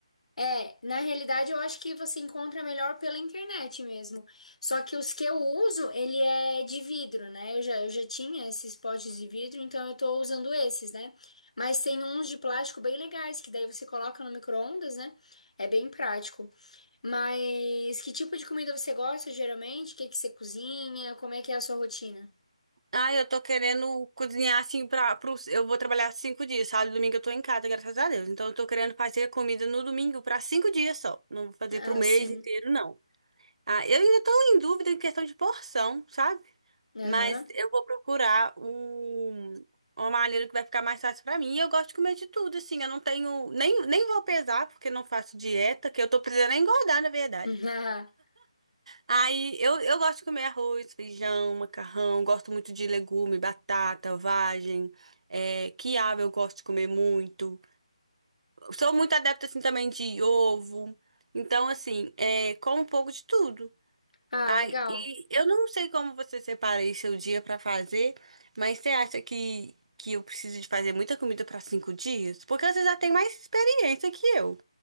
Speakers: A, on the left; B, on the right.
A: É, na realidade eu acho que você encontra melhor pela internet mesmo. Só que os que eu uso, ele é de vidro, né? Eu já, eu já tinha esses potes de vidro, então eu tô usando esses, né? Mas tem uns de plástico bem legais, que daí você coloca no micro-ondas, né? É bem prático. Mas que tipo de comida você gosta geralmente? O que que você cozinha? Como é que é a sua rotina?
B: Ah, eu tô querendo cozinhar assim pra, pro, eu vou trabalhar cinco dias, sábado e domingo eu tô em casa, graças a Deus. Então eu tô querendo fazer comida no domingo pra cinco dias só. Não vou fazer
A: Ah,
B: pro mês
A: sim.
B: inteiro, não. Ah, eu ainda tô em dúvida em questão de porção, sabe?
A: Aham.
B: Mas eu vou procurar um, uma maneira que vai ficar mais fácil pra mim. E eu gosto de comer de tudo, assim. Eu não tenho. Nem, nem vou pesar, porque não faço dieta, que eu tô precisando é engordar, na verdade.
A: <laughs>
B: Aí eu, eu gosto de comer arroz, feijão, macarrão, gosto muito de legume, batata, vagem, é, quiabo eu gosto de comer muito. Sou muito adepta assim também de ovo. Então, assim, é, como um pouco de tudo.
A: Ah,
B: Ai,
A: legal.
B: e eu não sei como você separa aí seu dia pra fazer, mas você acha que, que eu preciso de fazer muita comida pra cinco dias? Porque você já tem mais experiência que eu.